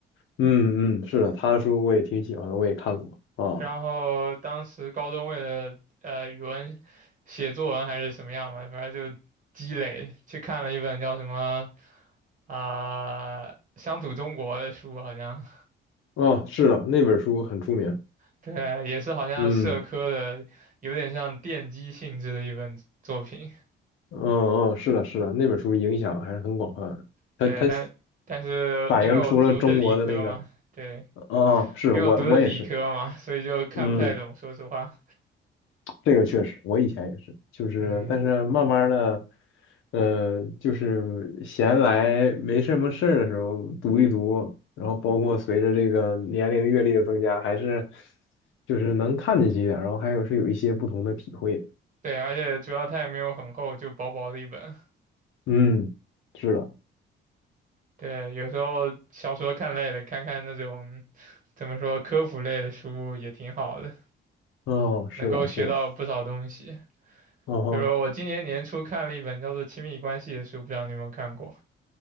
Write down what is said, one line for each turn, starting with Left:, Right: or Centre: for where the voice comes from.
Left: 嗯嗯，是的，他的书我也挺喜欢的，我也看过啊。
Right: 然后当时高中为了呃语文写作文还是什么样嘛，反正就积累，去看了一本叫什么啊、乡土中国》的书，好像
Left: 哦，是的，那本书很出名。
Right: <laughs> 对，也是好像社科的，
Left: 嗯
Right: 有点像奠基性质的一本作品。
Left: 嗯嗯，是的，是的，那本书影响还是很广泛的。
Right: 对，
Left: 它它
Right: 但但是因为我读的理科嘛，
Left: 反映出了中国的那个，
Right: 对，
Left: 哦，哦是我我也是。
Right: 因为我读的理科嘛，所以就看不太懂，
Left: 嗯。
Right: 说实话，
Left: 这个确实，我以前也是，就是但是慢慢的，
Right: 嗯，
Left: 呃，就是闲来没什么事儿的时候读一读，然后包括随着这个年龄阅历的增加，还是就是能看进去一点儿，然后还有是有一些不同的体会的。
Right: 对，而且主要它也没有很厚，就薄薄的一本。
Left: 嗯，是的，
Right: 对，有时候小说看累了，看看那种怎么说科普类的书也挺好的，
Left: 哦，是的，
Right: 能够学到不少东西。
Left: 是的，嗯哼，
Right: 比如说我今年年初看了一本叫做《亲密关系》的书，不知道你有没有看过？